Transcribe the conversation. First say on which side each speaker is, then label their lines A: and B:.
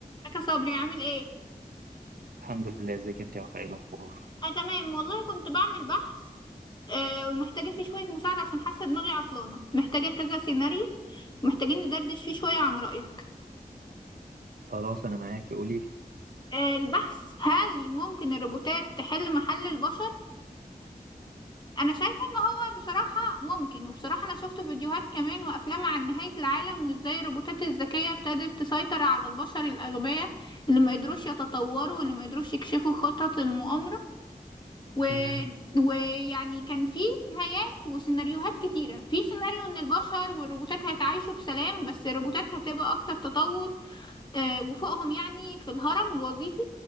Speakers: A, on the left; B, on the right.
A: ازيك يا صبري عامل ايه
B: الحمد لله ازيك انت يا وفاء ايه الاخبار
A: اه تمام والله كنت بعمل بحث آه ومحتاجه فيه شويه مساعده عشان حاسه دماغي عطلانه محتاجه كذا سيناريو محتاجين ندردش فيه شويه عن رايك
B: خلاص انا معاكي قولي لي
A: آه البحث هل ممكن الروبوتات تحل محل البشر انا شايفه ان هو بصراحه ممكن وبصراحه انا شفت فيديوهات كمان وافلام عن نهايه العالم وازاي الروبوتات الذكيه ابتدت تسيطر على البشر الاغبياء اللي ما قدروش يتطوروا واللي ما قدروش يكشفوا خطط المؤامره و...
B: مم.
A: ويعني كان في نهايات وسيناريوهات كتيرة في سيناريو ان البشر والروبوتات هيتعايشوا بسلام بس الروبوتات هتبقى اكتر تطور آه، وفوقهم يعني في الهرم الوظيفي